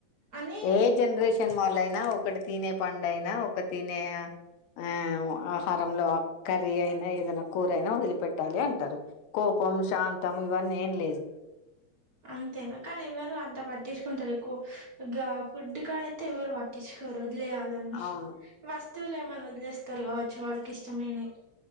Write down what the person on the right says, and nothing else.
అని
అంతేనా కానీ ఎవరు అంత పట్టించు కుంటారు ఎక్కువ ఫుడ్ కాడ అయితే ఎవరు పట్ట <unintelligible> వదిలేయాలని
వస్తువులు ఏమైనా వదిలేస్తారు కావచ్చు వాళ్ళకి ఇష్టమైనవి